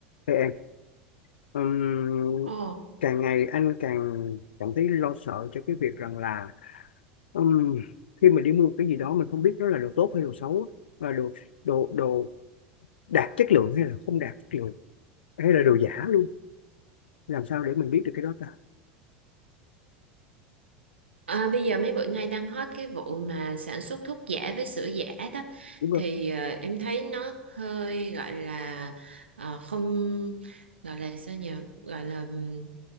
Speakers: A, on the left; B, on the right.
A: Thưa em, ừm,
B: Ồ,
A: càng ngày anh càng cảm thấy lo sợ cho cái việc rằng là ừm, khi mình đi mua một cái gì đó mình không biết nó là đồ tốt hay đồ xấu và đồ đồ đồ đạt chất lượng hay là không đạt chất lượng hay là đồ giả luôn. Làm sao để mình biết được cái đó ta?
B: à, bây giờ mấy bữa nay đang hot cái vụ mà sản xuất thuốc giả với sữa giả đó
A: Đúng không?
B: thì ờ, em thấy nó hơi gọi là ờ, không gọi là sao nhỉ gọi là ừm,